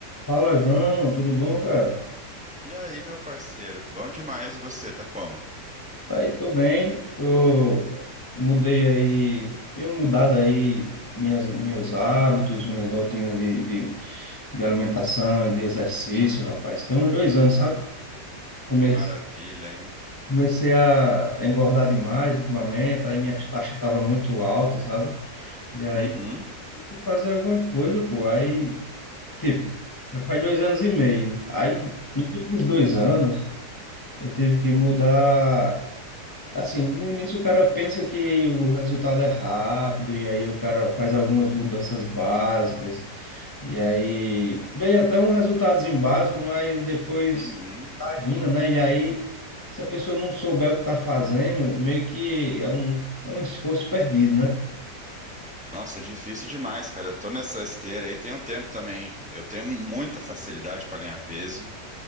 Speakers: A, on the left; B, in the centre.
A: Fala, João, tudo bom, cara?
B: E aí, meu parceiro? Bom demais. E você, tá como?
A: Aí, tô bem, tô... mudei aí, tenho mudado aí minhas, meus hábitos, minhas rotinas de, de, de alimentação e de exercício, rapaz. Tem uns dois anos, sabe?
B: Pô,
A: Come-
B: Que maravilha, hein?
A: Comecei a a engordar demais ultimamente, aí minhas taxas estavam muito altas, sabe? E aí,
B: Uhum,
A: tive que fazer alguma coisa, pô. Aí, tipo, já faz dois anos e meio. Aí, nos últimos dois anos, eu tive que mudar. Assim, no início o cara pensa que o resultado é rápido, e aí o cara faz algumas mudanças básicas, e aí vem até um resultadozinho básico, mas depois
B: uhum.
A: estagna, né? E aí, se a pessoa não souber o que está fazendo, meio que é um, é um esforço perdido, né?
B: Nossa, é difícil demais, cara. Eu tô nessa esteira aí tem um tempo também. Eu tenho muita facilidade pra ganhar peso